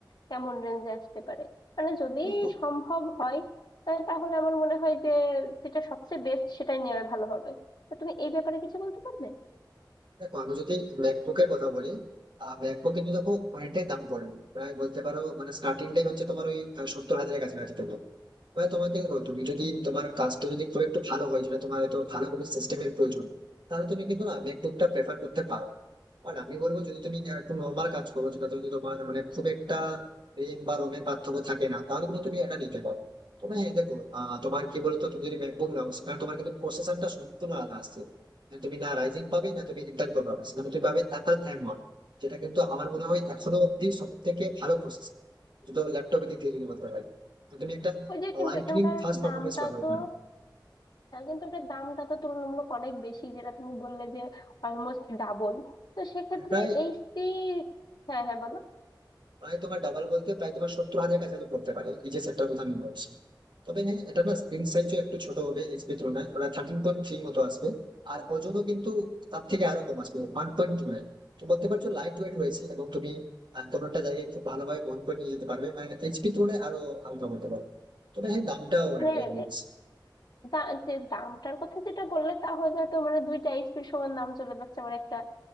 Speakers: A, on the left; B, on the right.
A: কেমন রেঞ্জে আসতে পারে মানে যদি
B: কম।
A: সম্ভব হয় আহ, তাহলে আমার মনে হয় যে যেটা সবচেয়ে বেস্ট সেটাই নেওয়া ভালো হবে তা তুমি এই ব্যাপারে কিছু বলতে পারবে
B: দেখো আমি যদি ম্যাকবুকের কথা বলি ম্যাকবুক কিন্তু দেখো অনেকটাই দাম পড়বে প্রায় বলতে পারো মানে স্টার্টিং টাইম হচ্ছে তোমার ওই আহ, সত্তর হাজারের কাছাকাছি পড়বে মানে তোমাকে ও তুমি যদি তোমার কাজটা যদি খুব একটু ভালো হয় যেটা তোমার হয়তো ভালো কোনো সিস্টেমের প্রয়োজন তাহলে তুমি কিন্তু না ম্যাকবুকটা প্রেফার করতে পারো আর আমি বলবো যদি তুমি একটু নর্মাল কাজ করো যেটা যদি তোমার মানে খুব একটা রেম বা রোমের পার্থক্য থাকে না তাহলে কিন্তু তুমি এটা নিতে পারো তবে হ্যাঁ দেখো আহ, তোমার কি বলতো তুমি যদি ম্যাকবুক নাও সেখানে তোমার কিন্তু প্রসেসরটা সম্পূর্ণ আলাদা আসছে মানে তুমি না রাইজিং পাবে না তুমি ইন্টেল কোর পাবে সেখানে তুমি পাবে অ্যাপল থাইম যেটা কিন্তু আমার মনে হয় এখনো অব্দি সব থেকে ভালো প্রসেস তো ল্যাপটপের দিক থেকে যদি বলতে পারি তো তুমি একটা
A: ওই যে কিন্তু
B: লাইটনিং
A: এখানকার
B: ফার্স্ট পারফরমেন্স
A: দামটা
B: পাবে
A: তো
B: ওখানে
A: হ্যাঁ কিন্তু এটার দামটা তো তুলনামূলক অনেক বেশি যেটা তুমি বললে যে অলমোস্ট ডাবল তো সেক্ষেত্রে
B: প্রায়
A: এইচসি হ্যাঁ হ্যাঁ বলো
B: প্রায় তোমার ডাবল বলতে প্রায় তোমার সত্তর হাজার কাছাকাছি পড়তে পারে এই যে সেটটার কথা আমি বলছি তবে হ্যাঁ এটা না স্ক্রিন সাইজও একটু ছোট হবে এইচপি তুলনায় ওটা থার্টিন পয়েন্ট থ্রি মতো আসবে আর ওজনও কিন্তু তার থেকে আরো কম আসবে ওয়ান পয়েন্ট টু নাইন। তো বলতে পারছো লাইট ওয়েট রয়েছে এবং তুমি আহ, কোনো একটা জায়গায় খুব ভালোভাবে বহন করে নিয়ে যেতে পারবে মানে এইচপি তুলনায় আরো হালকা বলতে পারো তবে হ্যাঁ দামটাও অনেকটা
A: মানে
B: রয়েছে
A: দা যে দামটার কথা যেটা বললে তা হয়তো তো মানে দুইটা এইচপির সমান দাম চলে যাচ্ছে আমার একটা